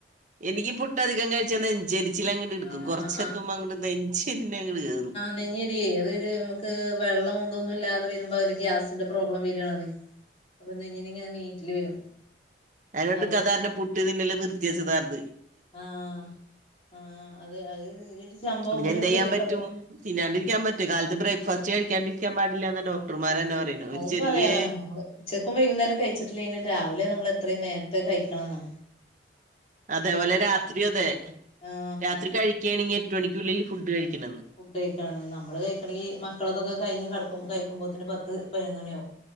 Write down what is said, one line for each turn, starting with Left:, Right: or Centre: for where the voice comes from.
Right: എനിക്ക് പുട്ട് അതികം കഴിച്ചാ നെഞ്ചരിച്ചിൽ അങ്ങിട്ട്ടുക്കും
Left: ആഹ്
Right: കുറച്ചെത്തുമ്പോ അങ്ങോട്ട നെഞ്ചരി അങ്ങോട്ട് കയറും
Left: നെഞ്ഞെറി അത് ഇത് നമുക്ക് വെള്ളം ഒന്തോന്നും ഇല്ലാതെ വരുമ്പോ ഒരു ഗ്യാസിന്റെ പ്രോബ്ലം വിരണത് അപ്പൊ നെഞ്ഞിനിങ്ങന നീറ്റല് വരും
Right: അങ്ങോട്ട്ക്കകാരണം
Left: അത്
Right: പുട്ട് തിന്നല് നിർത്തിയച്ചതായിര്ന്ന്
Left: ആഹ് ആഹ് അത് അത് സംഭവം
Right: പിന്നെ
Left: ഒരു
Right: എന്ത് ചെയ്യാൻ
Left: കേതിയേട്ടാ
Right: പറ്റും
Left: പരി
Right: തിന്നാണ്ടിരിക്കാൻ പറ്റോ കാലത്ത് ബ്രേക്ക്ഫാസ്റ്റ് കഴിക്കാണ്ടിരിക്കാൻ പാടില്ലാന്ന ഡോക്ടർമാരന്നെ
Left: ആഹ്
Right: പറയണ ഒരു
Left: അതിന്
Right: ചെറിയെ
Left: പറയാതാണ് നമ്മള് ഉച്ചക്കും വൈകുന്നേരം കഴിച്ചിട്ടില്ലെനും രാവിലെ നമ്മള് എത്രയും നേരത്തെ കയിക്കണം എന്നാണ്
Right: അതേപോലെ രാത്രി അതെ
Left: ആഹ്
Right: രാത്രി കഴിക്കേണെങ്കി എട്ടു മണിക്കുള്ളിൽ ഫുഡ് കഴിക്കണന്ന്
Left: ഫുഡ് കഴിക്കണെന്നെങ്കി നമ്മള് കഴിക്കണെങ്കി മക്കളൊക്കൊക്കെ കയിഞ്ഞ് കെടക്കും കഴിക്കുമ്പോത്തന്നെ പത്ത് പതിനൊന്ന് മണിയാവും